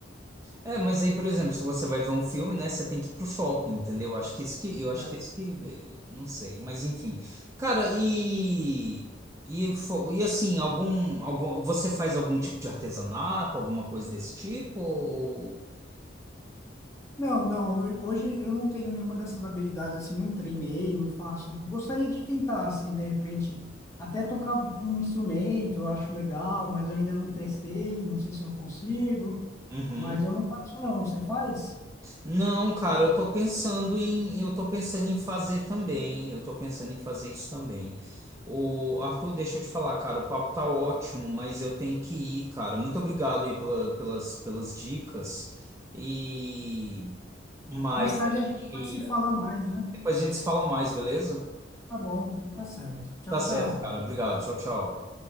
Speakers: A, on the right; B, on the left.
A: É, mas aí, por exemplo, se você vai ver um filme, né, você tem que ir pro shopping, entendeu? Acho que isso que, eu acho
B: né?
A: que é isso que, eh, não sei, mas enfim. Cara, e e, fo- e assim, algum, algum você faz algum tipo de artesanato, alguma coisa desse tipo? Ou...
B: Não, não. ho- Hoje eu não tenho nenhuma dessas habilidades, assim, não treinei, não faço. Gostaria de tentar, assim, de repente, até tocar um instrumento, eu acho legal, mas eu ainda não testei, não sei se eu consigo,
A: Uhum.
B: mas eu não faço, não. Você faz?
A: Não, cara, eu tô pensando em, eu tô pensando em fazer também. Eu tô pensando em fazer isso também. O Arthur, deixa eu te falar, cara, o papo tá ótimo, mas eu tenho que ir, cara. Muito obrigado aí pela- pelas, pelas dicas. E mais
B: Mais tarde
A: a gente,
B: a gente pode se falar mais, né?
A: depois a gente se fala mais, beleza?
B: Tá bom, então tá certo. Tchau,
A: Tá certo,
B: tchau.
A: cara. Obrigado. Tchau, tchau.